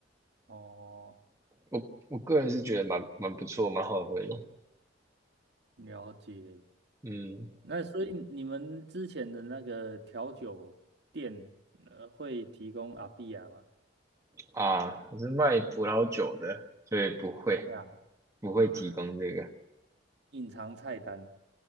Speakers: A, on the right (about 65°); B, on the right (about 15°).
A: 哦，
B: 我我个人是觉得蛮蛮不错，蛮好喝的。
A: 了解。
B: 嗯
A: 那所以你们之前的那个调酒店，呃，会提供阿碧亚吗？
B: 啊，我是卖葡萄酒的，所以不会
A: 对啊
B: 不会提供这个。
A: 啊，隐藏菜单。